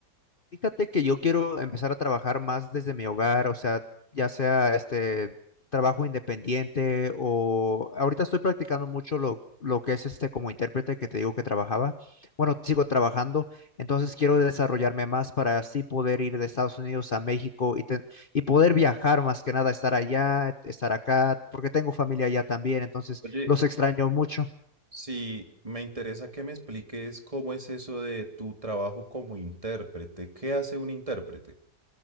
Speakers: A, on the left; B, on the right.
A: Fíjate que yo quiero empezar a trabajar más desde mi hogar, o sea, ya sea este trabajo independiente o ahorita estoy practicando mucho lo, lo que es este como intérprete que te digo que trabajaba. Bueno, sigo trabajando, entonces quiero desarrollarme más para así poder ir de Estados Unidos a México y, te- y poder viajar más que nada, estar allá, estar acá, porque tengo familia allá también, entonces
B: Oye,
A: los extraño mucho.
B: Sí, me interesa que me expliques cómo es eso de tu trabajo como intérprete. ¿Qué hace un intérprete?